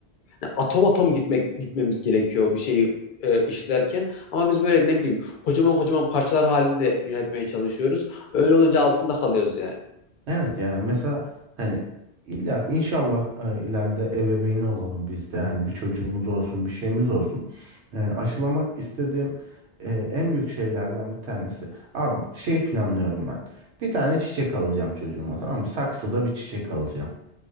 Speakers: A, on the left (about 60°); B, on the right (about 80°).
A: hani atom atom gitmek gitmemiz gerekiyor bir şeyi e, işlerken ama biz böyle ne bileyim kocaman kocaman parçalar halinde yönetmeye çalışıyoruz. Öyle olunca altında kalıyoruz yani.
B: Evet yani mesela hani illa ki inşallah e, ileride ebeveyni olalım biz de. Hani bir çocuğumuz olsun bir şeyimiz olsun. E, aşılamak istediğim e, en büyük şeylerden bir tanesi. Abi şey planlıyorum ben. Bir tane çiçek alacağım çocuğuma tamam mı? Saksıda bir çiçek alacağım.